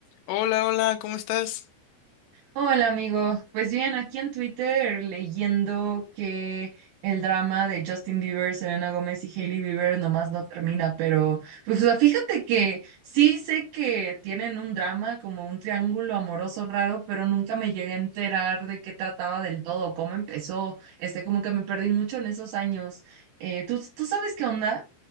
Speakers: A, on the left (about 80°); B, on the right (about 75°).
A: Hola, hola, ¿cómo estás?
B: Hola amigo, pues bien, aquí en Twitter leyendo que el drama de Justin Bieber, Selena Gómez y Hailey Bieber nomás no termina, pero pues o sea, fíjate que sí sé que tienen un drama como un triángulo amoroso raro, pero nunca me llegué a enterar de qué trataba del todo, cómo empezó, este como que me perdí mucho en esos años. Eh, ¿tú, tú sabes qué onda?